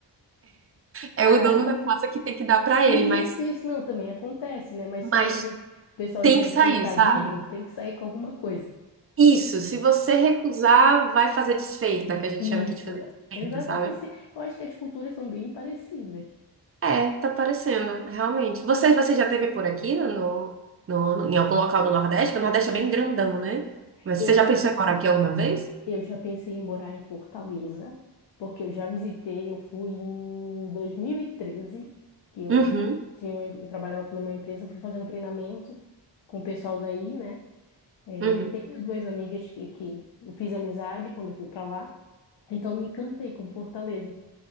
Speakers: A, on the right (about 35°); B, on the left (about 75°).
A: É
B: Ah,
A: o dono
B: e,
A: da
B: ne-
A: casa que tem que dar pra
B: e
A: ele, mas,
B: isso, isso não também acontece, né? Mas como
A: mas
B: a gente, o pessoal
A: tem
B: já
A: que
B: é
A: sair,
B: precavido,
A: sabe?
B: tem que sair com alguma coisa.
A: Isso, se você recusar, vai fazer desfeita, que a gente
B: Isso,
A: chama aqui de fazer desfeita,
B: exatamente.
A: sabe?
B: Eu acho que as culturas são bem parecidas.
A: É, tá parecendo, realmente. Você, você já teve por aqui no, no, no- em algum local do Nordeste? Porque o Nordeste é bem grandão, né? Mas
B: Eu,
A: você já pensou em morar aqui alguma vez?
B: eu já pensei em morar em Fortaleza, porque eu já visitei, eu fui em 2013 que eu
A: Uhum,
B: tinha, uma em- eu trabalhava pela uma empresa, eu fui fazer um treinamento com o pessoal daí, né? Eh,
A: uhum.
B: tenho duas amigas que, que eu fiz amizade quando eu fui para lá, então eu me encantei com Fortaleza.